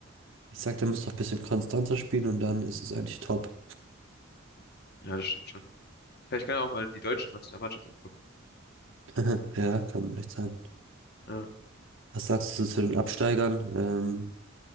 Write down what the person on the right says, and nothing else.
Ich sag, der muss noch ein bisschen konstanter spielen und dann ist es eigentlich top.
<laughs> Ja, kann echt sein.
Was sagst du so zu den Absteigern? Ähm,